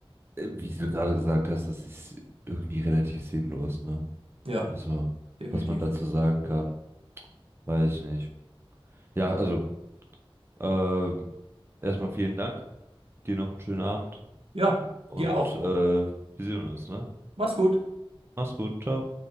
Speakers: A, on the right (about 25°); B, on the right (about 75°).
A: äh, wie du gerade gesagt hast, das ist irgendwie relativ sinnlos, ne?
B: Ja,
A: Also,
B: definitiv.
A: was man dazu sagen kann, weiß ich nicht. Ja, also, äh, erstmal vielen Dank, dir noch einen schönen Abend
B: Ja,
A: und
B: dir auch.
A: äh, wir sehen uns, ne?
B: Mach's gut.
A: Mach's gut, ciao.